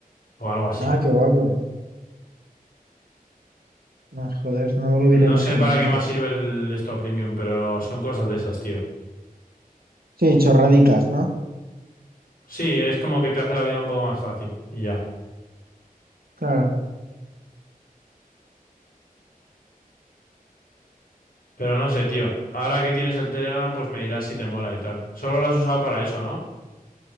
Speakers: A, on the left (about 70°); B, on the right (about 80°).
A: o algo así.
B: Ah, qué guapo. Ah, joder, no me lo
A: No
B: hubiera imaginado
A: sé para
B: nunca.
A: qué más sirve el esto premium, pero son cosas de esas, tío.
B: Sí, chorradicas, ¿no?
A: Sí, es como que te hace la vida un poco más fácil y ya.
B: Claro.
A: Pero no sé, tío. Ahora que tienes el Telegram, pues me dirás si te mola y tal. Solo lo has usado para eso, ¿no?